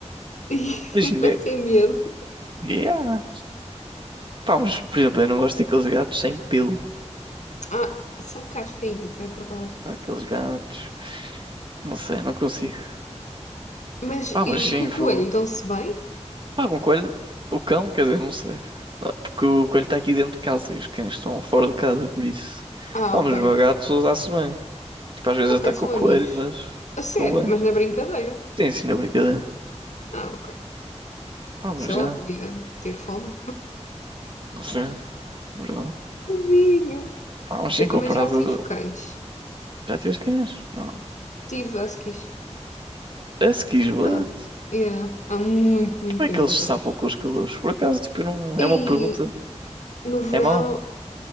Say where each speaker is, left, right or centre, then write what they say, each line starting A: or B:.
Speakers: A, on the left; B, on the right.
A: e <laughs>
B: imagina,
A: metem medo.
B: yeah. Pá, mas, por exemplo, eu não gosto daqueles gatos sem pelo.
A: Ah, são um bocado feinhos, é verdade.
B: Pá, Aqueles gatos. Não sei, não consigo.
A: Mas
B: Pá,
A: e,
B: mas sim,
A: e com o
B: fogo.
A: coelho, dão-se bem?
B: Pá, com o coelho. O cão, quer dizer, não sei. Ah, Porque o coelho está aqui dentro de casa e os cães estão fora de casa, por isso.
A: Ah,
B: Pá,
A: ok.
B: mas o meu gato dá-se bem. Tipo, às vezes
A: Ok,
B: ataca
A: são
B: o coelho,
A: amigos.
B: mas
A: A sério,
B: estão bem.
A: mas na brincadeira.
B: Sim, sim, na brincadeira.
A: Ah, ok.
B: Pá, mas
A: Sei lá,
B: já.
A: podia ter fome.
B: Não sei, verdade.
A: <laughs> Tadinho.
B: Pá, mas sim,
A: Eu
B: comparado.
A: também já tive cães.
B: a- Já tiveste cães? Não.
A: Tive huskies.
B: Parece que esbate.
A: Ah, yeah, há muito, muito
B: E como
A: tempo
B: é que eles
A: atrás.
B: se safam com os calores? Por acaso, tipo, eu não.
A: E
B: É uma pergunta.
A: no verão,
B: É mau?